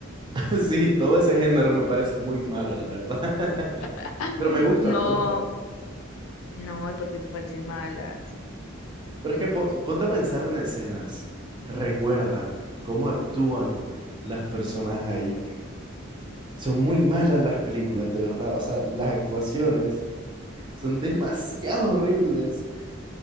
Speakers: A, on the right; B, on the left.
A: <laughs> sí, todo ese género me parece muy malo, la verdad.
B: ¡Ah!
A: <laughs> Pero me gusta,
B: No,
A: me gusta.
B: no, ¿y por qué te parecen malas?
A: Pero es que po- ponte a pensar en escenas. Recuerda cómo actúan las personas ahí. Son muy malas las películas, de verdad. O sea, las actuaciones son demasiado horribles.